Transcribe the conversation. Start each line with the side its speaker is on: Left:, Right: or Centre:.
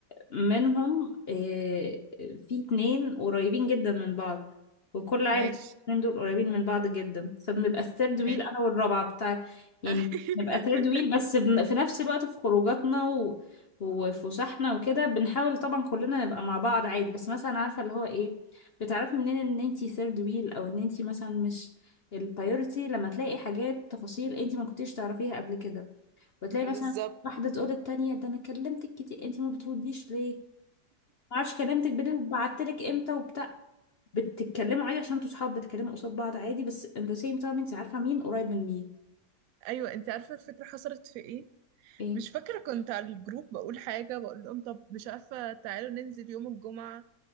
Left: منهم آه، في اتنين قريبين جدا من بعض وكل عارف
Right: ماشي
Left: الاتنين دول قريبين من بعض جدا فبنبقى الثيرد
Right: ماشي
Left: ويل انا والرابعة بتاع يعني
Right: <laughs>
Left: بنبقى ثيرد ويل بس بن- في نفس الوقت في خروجاتنا و... وفسحنا وكده بنحاول طبعا كلنا نبقى مع بعض عادي بس مثلا عارفة اللي هو ايه بتعرفي منين ان انتي ثيرد ويل او ان انتي مثلا مش البايورتي لما تلاقي حاجات تفاصيل انتي ما كنتيش تعرفيها قبل كده وتلاقي
Right: بالظبط
Left: مثلا واحدة تقول التانية ده انا كلمتك كتير انتي ما بترديش ليه ما اعرفش كلمتك بالليل وبعتلك امتى وبتاع بتتكلموا عادي عشان انتوا صحاب بتتكلموا قصاد بعض عادي بس in the same time انتي عارفة مين قريب من مين
Right: ايوه انت عارفه الفكره حصلت في ايه
Left: ايه
Right: مش فاكره كنت على الجروب بقول حاجه بقول لهم طب مش عارفه تعالوا ننزل يوم الجمعه